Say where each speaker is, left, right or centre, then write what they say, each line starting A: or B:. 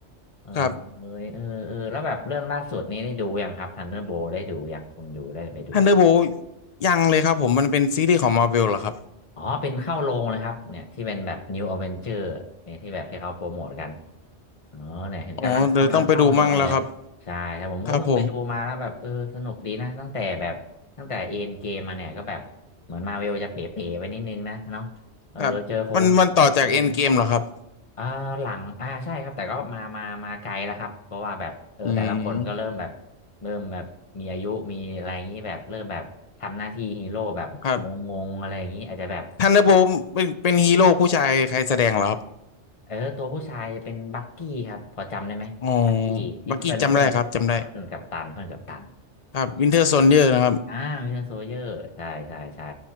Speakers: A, on the left; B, on the left.
A: เออเอยเออเออแล้วแบบเรื่องล่าสุดนี้ได้ดูยังครับ
B: ครับ
A: Thunderbolt ได้ดูยังคุณอยู่ได้ไปดูยัง
B: Thunderbolt ยังเลยครับผมมันเป็นซีรีส์ของ Marvel เหรอครับ
A: อ๋อ เป็นเข้าโรงเลยครับเนี่ยที่เป็นแบบ New Avenger เนี่ยที่แบบที่เขาโปรโมทกันอ๋อเนี่ยเห็นกำลังกำลังเข้าโรงเลย
B: อ๋อเดี๋ยวต้องไปดูมั่งแล้วครับ
A: ใช่แต่ผมก็เพิ่งไปดูมาแล้วแบบเออสนุกดีนะ
B: ครับผม
A: ตั้งแต่แบบตั้งแต่เอ็นเกมมาเนี่ยก็แบบเหมือนมาเวลจะเป๋ๆไปนิดนึงนะเนาะเออ
B: ครับมันมันต่อจาก
A: เจอโควิดเจออะไรอย่างงี้
B: Endgame เกมเหรอครับ
A: เออหลังอ่าใช่ครับแต่ก็มามามาไกลแล้วครับเพราะว่าแบบเออแต่ละคนก็เริ่มแบบ
B: อืม
A: เริ่มแบบมีอายุมีอะไรอย่างนี้แบบเริ่มแบบทำหน้าที่ฮีโร่แบบ
B: ครับ
A: งงๆอะไรอย่างนี้อาจจะแบบ
B: ท h u n d e r b o บ t เป็นเป็นฮีโร่ผู้ชายใครแสดงเหรอครับ
A: เออตัวผู้ชายจะเป็นบักกี้ครับพอจำได้ไหมบักกี้ที่เพื่อนเพื่อนเพื่อนกับตันเพื่อนกับตัน
B: อ๋อบักกี้จำได้ครับจำได้ ครับวินเทอร์โซนเยอร์นะครับ
A: อ่า อ่าวินเทอร์โซเยอร์ใช่ใช่ใช่